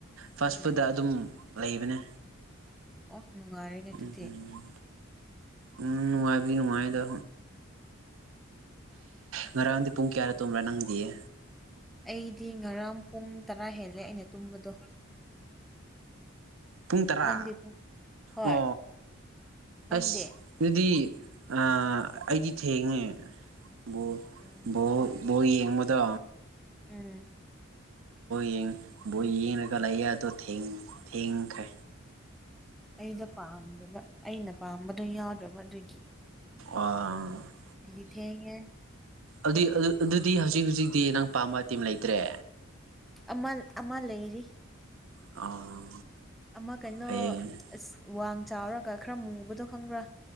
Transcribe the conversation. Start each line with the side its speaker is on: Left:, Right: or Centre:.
Right: ꯐꯥꯔꯁ
Centre: ꯎꯝ
Right: ꯐꯨꯗ ꯑꯗꯨꯝ ꯂꯩꯕꯅꯦ
Centre: ꯑꯣꯍ ꯅꯨꯡꯉꯥꯏꯔꯦꯅꯦ ꯑꯗꯨꯗꯤ
Right: ꯎꯝ ꯎꯝ ꯅꯨꯡꯉꯥꯏꯗꯤ ꯅꯨꯡꯉꯥꯏꯗ ꯉꯔꯥꯡꯒꯥꯟꯗꯤ ꯄꯨꯡ ꯀꯌꯥ ꯇꯨꯝ ꯔꯅꯗꯤꯦ
Centre: ꯑꯩꯗꯤ ꯉꯔꯥꯡ ꯄꯨꯡ ꯇꯔꯥ ꯍꯦꯜꯂꯦ ꯑꯩꯅ ꯇꯨꯝꯕꯗꯣ
Right: ꯄꯨꯡ ꯇꯔꯥ
Centre: ꯅꯪꯗꯤ ꯄꯨꯡ ꯍꯣꯏ
Right: ꯑꯣ
Centre: ꯅꯪꯗꯤ
Right: ꯑꯥ ꯑꯩꯗꯤ ꯊꯦꯡꯉꯦ ꯕꫭꯜ
Centre: ꯑꯣ
Right: ꯕꯣꯜ ꯕꯣꯜ ꯌꯦꯡꯕꯗꯣ
Centre: ꯎꯝ
Right: ꯌꯦꯡ ꯌꯦꯒ ꯂꯩ ꯊ ꯊꯦꯡꯈ
Centre: ꯑꯩꯗ ꯄꯥꯗꯕ ꯑꯩꯅ ꯄꯥꯝꯕꯗꯣ ꯌꯥꯎꯗ꯭ꯔꯕ ꯑꯗꯨꯒꯤ
Right: ꯄ
Centre: ꯗꯤ ꯊꯦꯡꯉꯤ
Right: ꯑꯗꯨꯏ ꯑꯗꯨꯗꯤ ꯍꯧꯖꯤꯛ ꯍꯧꯖꯤꯛꯇꯤ ꯅꯪ ꯄꯥꯝꯕ ꯇꯤꯝ ꯂꯩꯇ꯭ꯔꯦ
Centre: ꯑꯃ ꯑꯃ ꯂꯩꯔꯤ
Right: ꯑꯥ
Centre: ꯑꯃ ꯀꯩꯅꯩꯅꯣ
Right: ꯐꯩꯌꯦ
Centre: ꯋꯥ ꯆꯥꯎꯔꯒ ꯈꯔ ꯃꯨꯕꯗꯣ ꯈꯪꯕ꯭ꯔꯥ